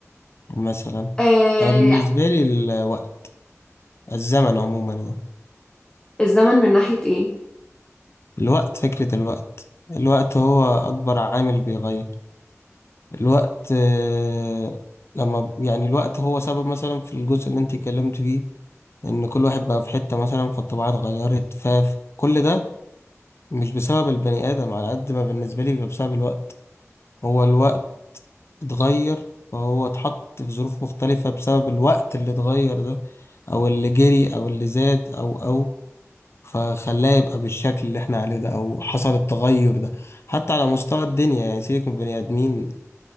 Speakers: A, on the left; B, on the left.
A: مثلا
B: آه...
A: انا بالنسبة لي الوقت الزمن عموما يعني
B: الزمن من ناحية ايه
A: الوقت فكرة الوقت الوقت هو اكبر عامل بيغير الوقت آه، لما يعني الوقت هو سبب مثلا في الجزء اللي انت اتكلمت فيه ان كل واحد بقى في حتة مثلا فالطباع اتغيرت فكل ده مش بسبب البني آدم على قد ما بالنسبة لي بيبقى بسبب الوقت هو الوقت اتغير فهو اتحط في ظروف مختلفة بسبب الوقت اللي اتغير ده أو اللي جري أو اللي زاد أو أو فخلاه يبقى بالشكل اللي احنا عليه ده أو حصل التغير ده حتى على مستوى الدنيا يعني سيبك من البني آدمين